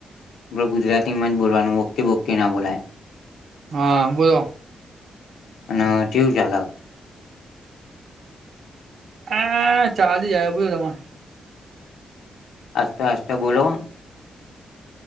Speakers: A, on the left; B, on the right.
A: ગુજરાતી માં જ બોલવાનું ઓકે વોકે ના બોલાય
B: હા બોલો
A: અને આ કેવું ચાલે
B: <inaudible>
A: હસ્તો હસ્તો બોલો